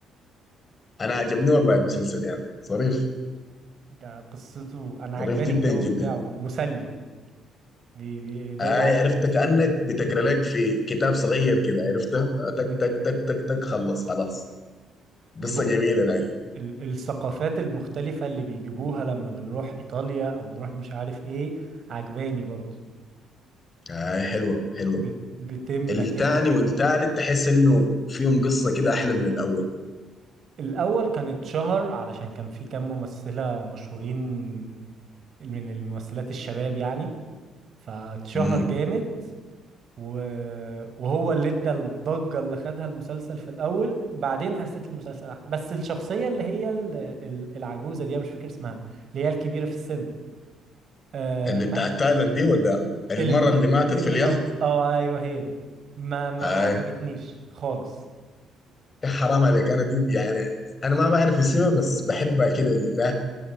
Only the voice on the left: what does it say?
انا عجبني والله المسلسل يعني ظريف
ظريف جدا
جدا
اي
عرفت
كانك بتقرا لك في كتاب صغير كده عرفتها آه، تك
تك تك تك تك خلص خلاص
قصه جميله لكن
اي حلوه حلوه
التاني
والتالت
تحس انه فيهم قصه كده احلى من الاول
امم
اللي
بتاع تايلاند دي ولا المره
اللي ماتت
في اليخت
اي
يا حرام عليك انا دي يعني انا ما بعرف اسمها بس بحبها كده لله